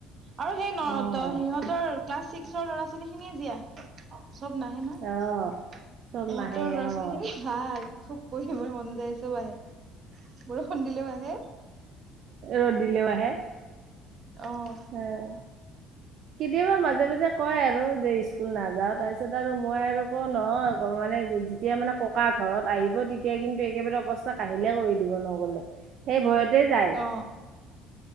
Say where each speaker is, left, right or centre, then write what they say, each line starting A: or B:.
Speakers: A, on the right (about 45°); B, on the right (about 60°).
A: আৰু সেই ন
B: অ'।
A: সিহঁতৰ ক্লাছ ছিক্সৰ ল'ৰা-ছোৱালী খিনিয়ে জি আহে। চব নাহে নহয়
B: অ',
A: সিহঁতৰ
B: চব নাহে
A: ল'ৰা-ছোৱালী
B: অ',
A: খিনি ভাল। খুব পঢ়িবই মন যায় চব আহে। বৰষুণ দিলেও আহে
B: ৰ'দিলেও আহে
A: আহ
B: অ'। কেতিয়াবা মাজে মাজে কয় আৰু যে স্কুল নাযাও। তাৰপিছত আৰু মই আৰু ক ন মানে যেতিয়া মানে ককা ঘৰত আহিব তেতিয়া কিন্তু একেবাৰে অৱস্থা কাহিলে কৰি দিব নগলে সেই ভয়ত যায়
A: অ